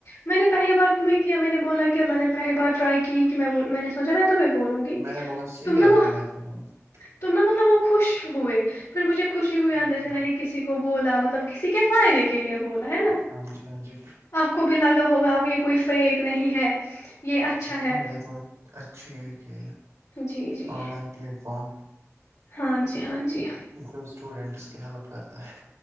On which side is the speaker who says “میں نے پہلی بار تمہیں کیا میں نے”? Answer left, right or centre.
Left